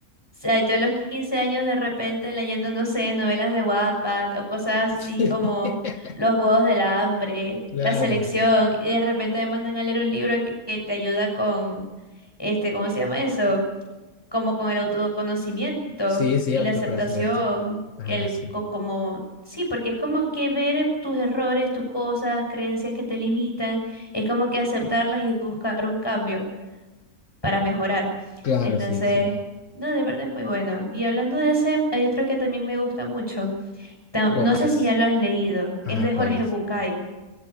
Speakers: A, on the left; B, on the left.
A: sea, yo a los 15 años de repente leyendo, no sé, novelas de Wattpad o cosas así
B: Sí,
A: como
B: <laughs>
A: Los Juegos del Hambre,
B: claro.
A: La Selección, y de repente me mandan a leer un libro que, que te ayuda con, este, ¿cómo se llama eso? como con el autoconocimiento
B: Sí, sí,
A: y
B: autoconocimiento.
A: la aceptación,
B: Ajá,
A: el
B: sí.
A: co- como sí, porque es como que ver tus errores, tus cosas, creencias que te limitan, es como que aceptarlas y buscar un cambio para mejorar.
B: Claro,
A: Entonces,
B: sí, sí.
A: no, de verdad es muy bueno. Y hablando de ese, hay otro que también me gusta mucho. Tam-
B: ¿Cuál
A: No sé
B: es?
A: si ya lo has leído, es
B: Ajá,
A: de Jorge
B: ¿cuál es?
A: Bucay,